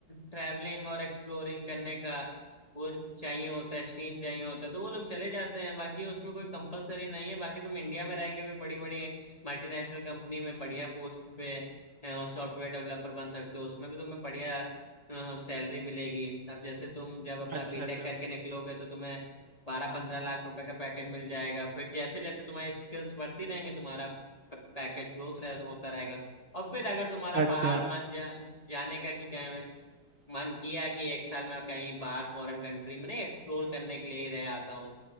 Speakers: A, on the left (about 20°); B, on the right (about 50°).
A: ट्रैवलिंग और एक्सप्लोरिंग करने का वो चाहिए होता है सीन चाहिए होता है तो वो लोग चले जाते हैं बाकी उसमें कोई कंपलसरी नहीं है बाकी तुम इंडिया में रह के भी बड़ी बड़ी मल्टीनेशनल कंपनी में बढ़िया पोस्ट पे सॉफ्टवेयर डेवलपर बन सकते हो उसमें भी तुम्हें बढ़िया सैलरी मिलेगी अब जैसे तुम जब अपना
B: अच्छा
A: बीटेक
B: अच्छा
A: करके निकलोगे तो तुम्हें बारह पंद्रह लाख रुपए का पैकेज मिल जाएगा फिर जैसे जैसे तुम्हारी स्किल्स बढ़ती रहेंगी तुम्हारा पैकेज ग्रोथ रह, होता रहेगा और फिर अगर तुम्हारा
B: अच्छा
A: बाहर मन जा, जाने का कि कहीं मन किया कि एक साल में कहीं बाहर फॉरेन कंट्री में नहीं एक्सप्लोर करने के लिए ही रह आता हूँ